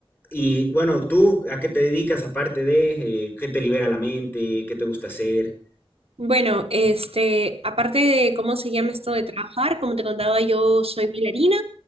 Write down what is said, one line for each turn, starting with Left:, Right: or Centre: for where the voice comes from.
Left: y bueno, ¿tú a qué te dedicas aparte de eh, qué te libera la mente, qué te gusta hacer?
Right: Bueno, este, aparte de cómo se llama esto de trabajar, como te contaba, yo soy bailarina.